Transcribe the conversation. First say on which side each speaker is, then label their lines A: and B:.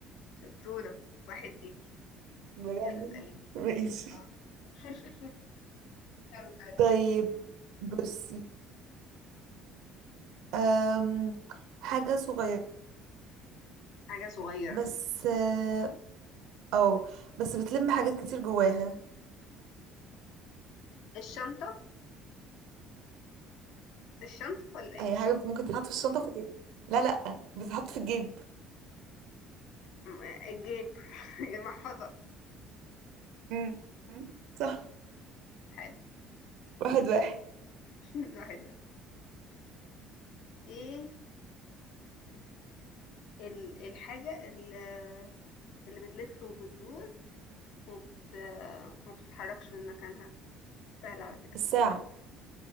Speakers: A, on the left; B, on the right.
A: شطورة واحد ليكي
B: بجد
A: يلا اسأليني
B: ماشي
A: اه <laughs> يلا اسأليني.
B: طيب بصي أم حاجة صغيرة
A: حاجة صغيرة
B: بس اه أو، بس بتلم حاجات كتير جواها
A: الشنطة الشنطة ولا ايه
B: اي حاجه ممكن تتحط في الشنطه في الجيب لا لا بتتحط في الجيب
A: م- الجيب <laughs> المحفظة
B: مم. صح
A: حلو
B: واحد واحد
A: <laughs> واحد واحد ايه ال- الحاجة اللي, اللي بتلف وبتدور وبت... وما بتتحركش من مكانها سهل على فكرة
B: الساعه